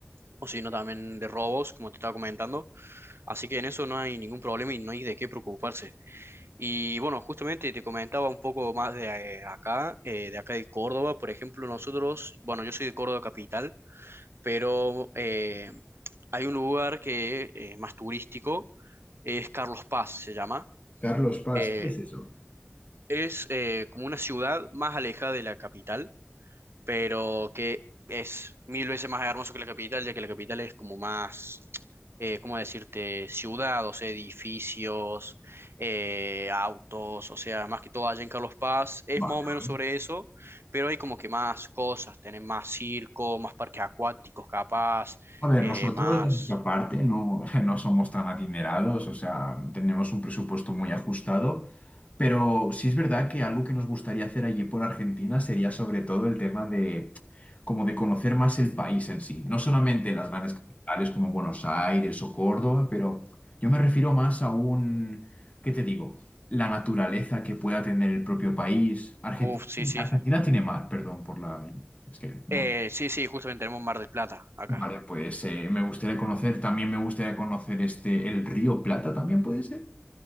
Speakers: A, on the right; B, on the left.
A: o si no también de robos, como te estaba comentando. Así que en eso no hay ningún problema y no hay de qué preocuparse. Y bueno, justamente te comentaba un poco más de eh, acá, eh, de acá de Córdoba, por ejemplo, nosotros, bueno, yo soy de Córdoba capital, pero eh, hay un lugar que eh, es más turístico, es Carlos Paz, se llama.
B: Carlos Paz,
A: Eh,
B: ¿qué es eso?
A: es eh, como una ciudad más alejada de la capital pero que es mil veces más hermoso que la capital, ya que la capital es como más, eh, ¿cómo decirte? Ciudad, o sea, edificios, eh, autos, o sea, más que todo allá en Carlos Paz, es
B: Vale,
A: más o menos
B: vale.
A: sobre eso, pero hay como que más cosas, tienen más circo, más parques acuáticos capaz,
B: A ver,
A: eh,
B: nosotros
A: más...
B: de nuestra parte no, <laughs> no somos tan adinerados, o sea, tenemos un presupuesto muy ajustado, pero sí es verdad que algo que nos gustaría hacer allí por Argentina sería sobre todo el tema de como de conocer más el país en sí, no solamente las grandes capitales como Buenos Aires o Córdoba, pero yo me refiero más a un, ¿qué te digo? La naturaleza que pueda tener el propio país. Argentina,
A: Uf, sí, sí.
B: Argentina tiene mar, perdón por la... Es que no.
A: Eh, sí, sí, justamente tenemos Mar del Plata acá.
B: Vale, pues eh, me gustaría conocer, también me gustaría conocer este, el río Plata también puede ser.